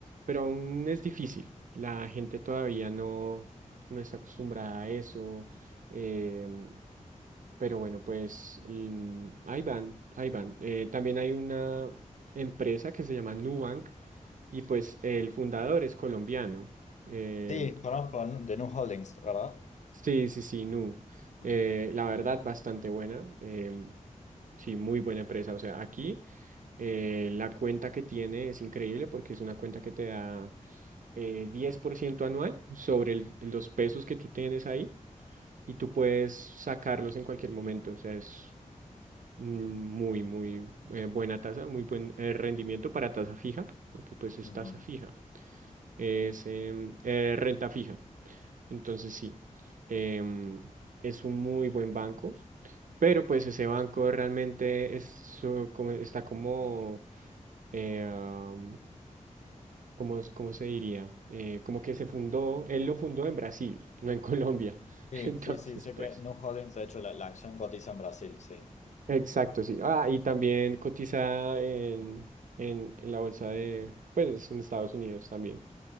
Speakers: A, on the right; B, on the left.
A: pero aún es difícil. La gente todavía no, no está acostumbrada a eso. em, pero bueno, pues mm, ahí van, ahí van. Eh, también hay una empresa que se llama Nubank y pues el fundador es colombiano. Em,
B: Sí, conozco de Nu Holdings, ¿verdad?
A: sí, sí, sí, Nu.
B: Mm.
A: Eh, la verdad, bastante buena. Em, Sí, muy buena empresa. O sea, aquí eh, la cuenta que tiene es increíble porque es una cuenta que te da eh, 10% anual sobre el- los pesos que tú tienes ahí y tú puedes sacarlos en cualquier momento. O sea, es mm, muy, muy eh, buena tasa, muy buen eh, rendimiento para tasa fija, porque pues es
B: Ujú.
A: tasa fija, es em, eh, renta fija. Entonces, sí, em, es un muy buen banco pero pues ese banco realmente es, su- como, está como, eh, am, como, ¿cómo se diría? Eh, como que se fundó, él lo fundó en Brasil, <laughs> no en Colombia.
B: Sí,
A: <laughs> Entonces,
B: sí, sí, sé
A: pues,
B: que New Holdings, de hecho, la, la acción cotiza en Brasil, sí.
A: exacto, sí. Ah, y también cotiza en, en, en la bolsa de, pues, en Estados Unidos también,